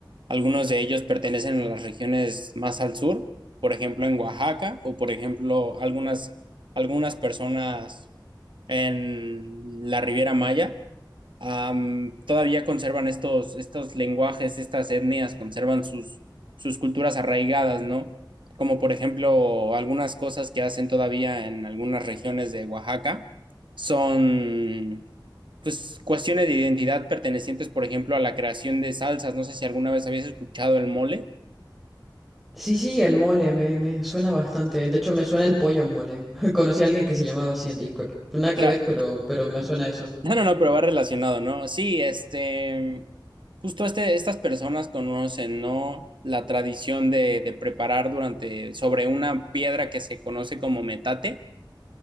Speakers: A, on the right; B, in the centre.
A: Algunos de ellos pertenecen a las regiones más al sur, por ejemplo en Oaxaca o por ejemplo algunas, algunas personas en la Riviera Maya. am, todavía conservan estos, estos lenguajes, estas etnias, conservan sus, sus culturas arraigadas, ¿no? Como por ejemplo algunas cosas que hacen todavía en algunas regiones de Oaxaca son pues cuestiones de identidad pertenecientes, por ejemplo, a la creación de salsas. No sé si alguna vez habías escuchado el mole.
B: Sí, sí, el mole, me, me suena bastante. De hecho, me suena el pollo en mole. <laughs> Conocí a alguien que se llamaba así en Discord. Nada
A: Claro.
B: que ver, pero, pero me suena eso.
A: No, no, no, pero va relacionado, ¿no? Sí, este, justo este, estas personas conocen, ¿no? La tradición de, de preparar durante, sobre una piedra que se conoce como metate,